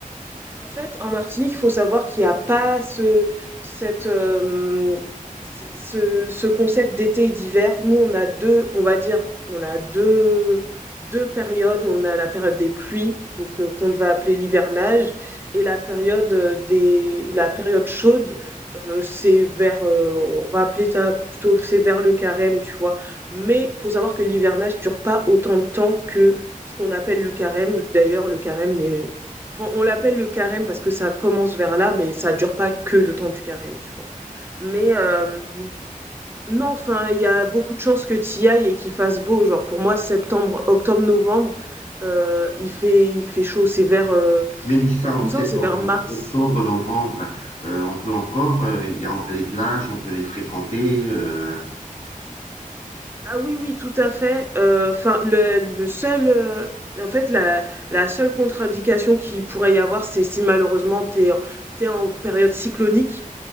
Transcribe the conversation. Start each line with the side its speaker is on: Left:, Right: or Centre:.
Right: En fait, en Martinique, il faut savoir qu'il n'y a pas ce, cette, euh, ce, ce- ce concept d'été et d'hiver. Nous, on a deux, on va dire, on a deux, deux périodes. On a la période des pluies, donc euh, qu'on va appeler l'hivernage, et la période euh, des, la période chaude. euh, c'est vers, euh, on va appeler ça plutôt, c'est vers le carême, tu vois. Mais il faut savoir que l'hivernage dure pas autant de temps que ce qu'on appelle le carême. D'ailleurs, le carême n'est Enfin, on l'appelle le carême parce que ça commence vers là, mais ça dure pas que le temps du carême, tu vois. Mais euh, non, enfin, il y a beaucoup de chances que tu y ailles et qu'il fasse beau. Genre pour moi, septembre, octobre, novembre, euh, il fait il fait chaud. C'est vers, euh,
Left: Mélissa, en,
Right: il me
Left: sept-
Right: semble, que c'est
Left: en
Right: vers mars.
Left: octobre, novembre, euh, on peut encore, euh, il y a les plages, on peut les fréquenter. euh.
Right: Ah oui, oui, tout à fait. Euh, Enfin, le, le seul, euh, en fait, la, la seule contre-indication qu'il pourrait y avoir, c'est si malheureusement t'es t'es en période cyclonique.